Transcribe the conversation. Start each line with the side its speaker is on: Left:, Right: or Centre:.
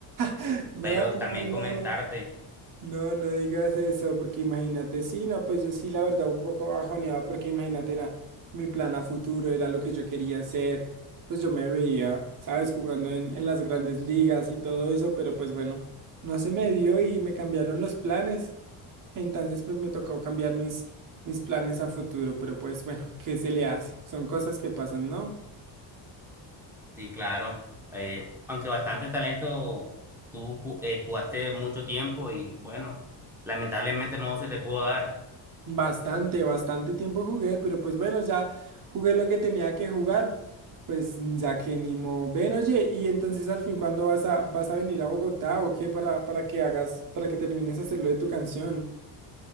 Right: <laughs> No,
Centre: pero también
Right: no, no.
Centre: comentarte.
Right: No, no digas eso, porque imagínate, sí, no, pues yo sí, la verdad, un poco bajoneaba, porque imagínate, era mi plan a futuro, era lo que yo quería hacer, pues yo me veía, sabes, jugando en, en las grandes ligas y todo eso, pero pues bueno, no se me dio y me cambiaron los planes, entonces pues me tocó cambiar mis, mis planes a futuro, pero pues bueno, ¿qué se le hace? Son cosas que pasan, ¿no?
Centre: Sí, claro. Eh, aunque bastante talento, tú ju- eh, jugaste mucho tiempo y bueno, lamentablemente no se te pudo dar.
Right: Bastante, bastante tiempo jugué, pero pues bueno, ya jugué lo que tenía que jugar. Pues ya que ni modo. Ven, oye, y entonces al fin, ¿cuándo vas a, vas a venir a Bogotá o qué para, para que hagas, para que termines de hacerlo de tu canción?